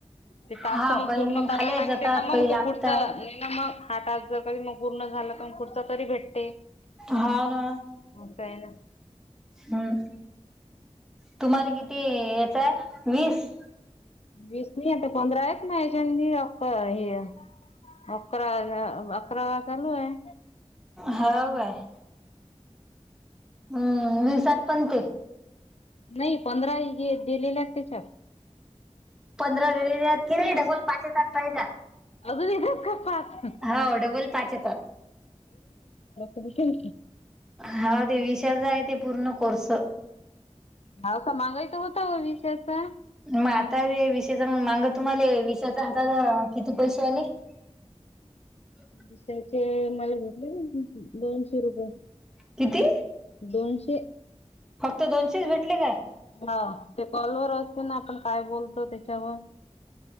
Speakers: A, on the left; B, in the centre.
A: ते तस्त
B: हा
A: मग
B: काही
A: पूर्ण कराला
B: खाली
A: लागते
B: जातात
A: ना मग
B: काही
A: तो
B: लागतात
A: पुढचा नाही ना मग हात आज जर कधी मग पूर्ण झालं पण पुढच तरी भेटते
B: हा ना
A: असं आहे ना.
B: हम् तुम्हाला किती याचय वीस
A: वीस नाही आता पंधरा आहेत नाहीच्याी अक्क हे अकरा अकरा वाज चालू आहे
B: होव आहे हम्म विसात पण ते
A: नाही पंधरा दिलेल्या आहेत त्याच्या
B: पंधरा वेरीत की नाही डबल पाच त आात पाहिजा
A: अजूनपाईरा
B: हो डबल पाच येतात
A: बुजे न
B: हा ते विषाचा आहे ते पूर्ण कोर्स
A: भााव का मागाय तर होता व विीस याचा
B: मग आता विषेचा मग मांग तुम्हाला विषेचा हातात किती पैसे आले ह
A: पसाचे मला भेटले दोनशे रुपये
B: किती
A: दोनशे
B: फक्त दोनशेच भेटले का
A: हा ते कॉलवर असते ना आपण काय बोलतो त्याच्यावर